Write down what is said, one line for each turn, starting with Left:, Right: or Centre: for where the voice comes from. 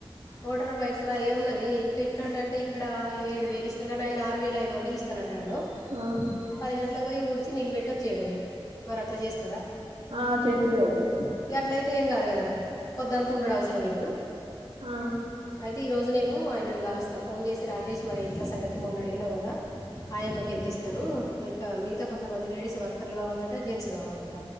Left: మోటార్ బైక్స్ లో ఎం ఉన్నది ఇంకా ఇక్కడకంటే ఇక్కడ ఏడు వేలు ఇస్తారు కానీ ఆయన ఆరు వేలు పది వందలు ఇస్తాన అంటాను
Right: ఆ
Left: పది గంటలకు పోయి ఊడిచి నీల్లు పెట్టి వచ్చేయడమే మరి అట్లా చేస్తదా
Right: ఆ చేత్తది అయితే
Left: ఇ అట్ల అయితే ఏం కాదు కదరా పొద్ద ఉండడం అవసరం లేదు
Right: ఆ
Left: అయితే ఈరోజు నేను ఆయన కలుస్తా ఫోన్ చేసి రాజేష్ మరి ఇట్ల సంగతి మొన్న అడినావు కదా ఆయమ్మకి ఎంత ఇస్తారు మీరుకా మిగతా కొంతమంది లేడీస్ వర్కర్లు కావాలంట జెంట్స్ కావాలంట